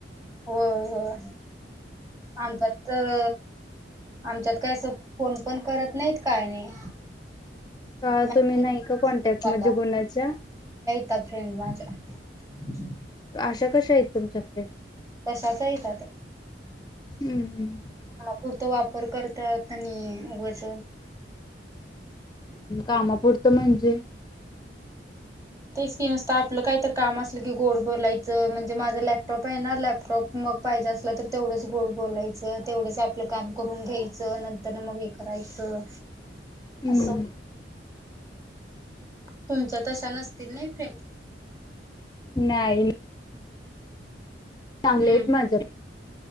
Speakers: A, on the right (about 20°); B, on the left (about 25°).
A: होय होय. आमच्यात. तर आमच्यात काय अस फोन पण करत नाहीत काय नाही.
B: का
A: मेसेज
B: तुम्ही नाही का
A: असतोय
B: कॉन्टॅक्ट
A: साधा.
B: मधे कुन्हाच्या?
A: <unintelligible>
B: अशा कशा आहेत तुमच्या फ्रेंड्स
A: कशाचहीेतात.
B: हम्म हम्म.
A: कुर्त वापर करतात आणि उगच.
B: कामापुरतं म्हणजे
A: तेच की नसत आपलं काही तर काम असलं की गोड बोलायचं म्हणजे माझं लॅपटॉप आहे ना, लॅपटॉप मग पाहिजे असलं त तेवढंच गोड बोलायचं तेवढंच अप आपलं काम करून घ्यायचं नंतर न मग हे करायचं
B: हम्म
A: असं. <inaudible> तुमच्या तशा नस <unintelligible>
B: नाही. चांगले
A: हम्म
B: आहेत माझ.